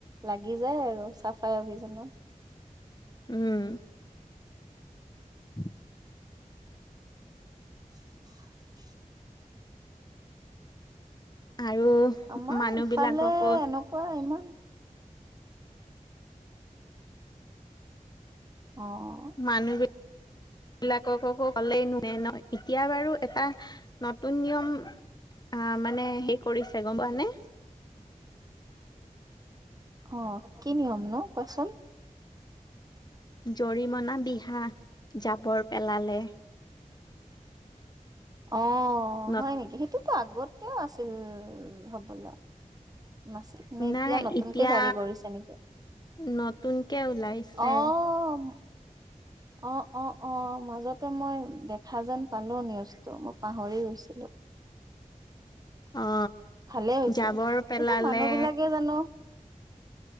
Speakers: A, on the right; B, on the left.
A: লাগি যায় আৰু চাফাই অভিযানত
B: উম। <inaudible>
A: <inaudible>
B: আৰু
A: আমাৰ
B: মানুহ
A: ইফালে
B: বিলাককো
A: এনেকুৱা ইমান অ।
B: মানুহ বি বিলাকককো ক'লেই নৱে নয়। এতিয়া বাৰু এটা নতুন নিয়ম আহ মানে সে- কৰিছে গম পোৱা নে?
A: অ কি নিয়ম নো কোৱাচোন?
B: জৰিমনা বিহা, জাবৰ পেলালে।
A: অ
B: ন
A: হয় নেকি? সেইটোত আগতেও আছিল হ'বলা। নাছিল মে এতিয়া
B: নাই
A: নতুনকে
B: এতিয়া
A: জাৰি কৰিছে নেকি?
B: নতুনকে ওলাইছে।
A: অ অ অ অ মাজতে মই দেখা যেন পালোঁ নিউজটো মই পাহৰি গৈছিলো।
B: অ
A: ভালে হৈছে
B: জাবৰ পেলালে
A: কিন্তু মানুহ বিলাকে জানো